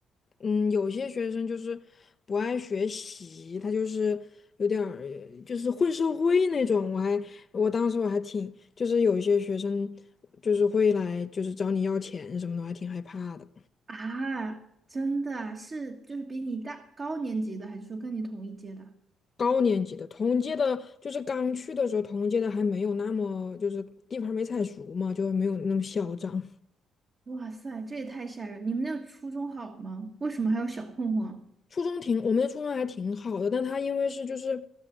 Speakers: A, on the left; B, on the right.
A: 嗯，有些学生就是不爱学习，他就是有点儿就是混社会那种。我还我当时我还挺就是有一些学生就是会来就是找你要钱什么的，我还挺害怕的。
B: 啊，真的啊，是就是比你大高年级的，还是说跟你同一届的？
A: 高年级的同届的，就是刚去的时候，同届的还没有那么就是地盘儿没踩熟嘛，就没有那么嚣张。
B: 哇塞，这也太吓人！你们那个初中好吗？为什么还有小混混啊？
A: 初中挺，我们的初中还挺好的，但他因为是就是